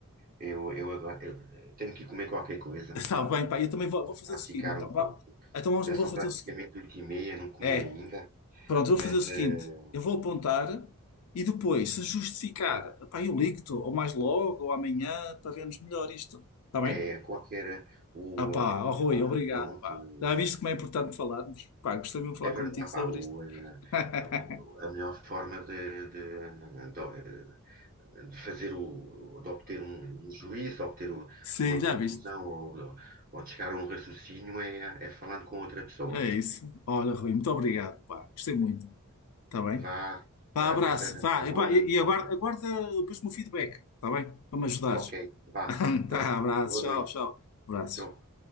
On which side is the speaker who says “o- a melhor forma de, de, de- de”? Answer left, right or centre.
Right